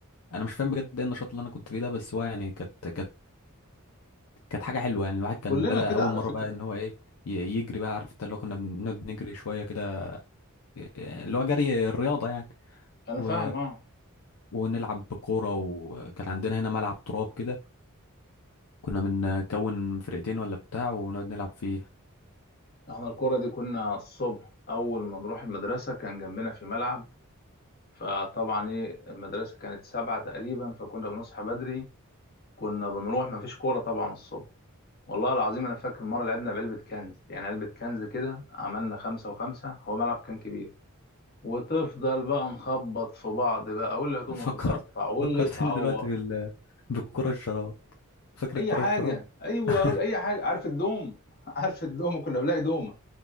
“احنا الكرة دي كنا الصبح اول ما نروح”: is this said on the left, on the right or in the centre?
Left